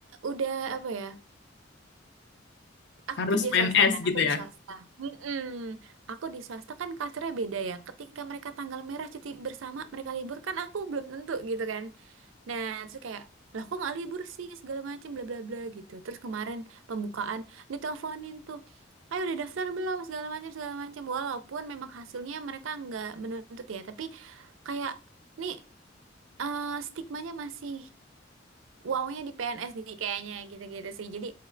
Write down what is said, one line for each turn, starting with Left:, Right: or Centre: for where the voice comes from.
Right: udah apa ya
Left: <laughs>
Right: aku
Left: harus
Right: kerja
Left: PNS
Right: swasta kan
Left: gitu
Right: aku
Left: ya.
Right: di swasta Mm-mm. aku di swasta kan culture-nya beda ya ketika mereka tanggal merah cuti bersama mereka libur kan aku belum tentu gitu kan Nah, terus kayak, lah kok nggak libur sih segala macam bla bla bla gitu. Terus kemarin pembukaan diteleponin tuh, ayo udah daftar belum segala macam segala macam. Walaupun memang hasilnya mereka nggak menuntut ya, tapi kayak nih eh, stigmanya masih wownya di PNS nih kayaknya gitu-gitu sih. Jadi